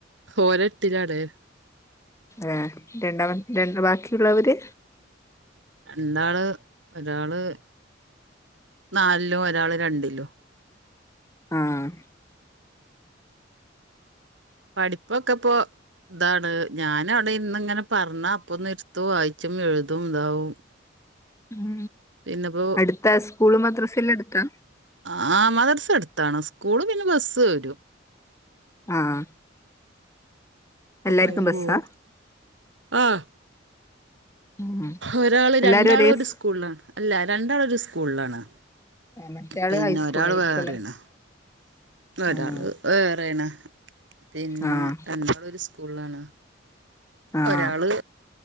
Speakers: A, on the right; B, on the left.
A: ഓന് എട്ടിലാണ്
B: ഏഹ് രണ്ടാമ രണ്ട് ബാക്കിയുള്ളവര്
A: രണ്ടാള് ഒരാള് നാലിലും ഒരാള്‌ രണ്ടിലും
B: ആഹ്
A: പഠിപ്പൊക്കെപ്പോ ഇതാണ് ഞാന് അവടെര്ന്ന് ങ്ങനെ പർഞ്ഞാ അപ്പൊന്ന്ട്ത്തും വായിച്ചും എഴുതും ഇതാവും
B: ഉം
A: പിന്നെപ്പോ
B: അട്ത്താ സ്കൂളും മദ്രസെല്ലം അട്ത്താ
A: ആഹ് മദർസെട്ത്താണ് സ്കൂള് പിന്നെ ബസ്സ് വെരും
B: ആഹ്
A: അപ്പം
B: എല്ലാർക്കും
A: അയില്
B: ബസ്സാ
A: പോവു ആഹ്
B: ഉം
A: ഒരാള്
B: എല്ലാരും
A: രണ്ടാള്
B: ഒരേ
A: ഒരു
B: സ്
A: സ്കൂളാണ് അല്ല രണ്ടാള് ഒരു സ്കൂള് ആണ്
B: മറ്റേയാള്
A: പിന്ന
B: ഹൈസ്കൂളിലായിരിക്കും
A: ഒരാള് വേറേണ്
B: അല്ലേ
A: ഒരാള്
B: ആഹ്
A: വേറേണ് പിന്നെ
B: ആഹ്
A: രണ്ടാളും ഒരു സ്കൂളാണ്
B: ആഹ്
A: ഒരാള്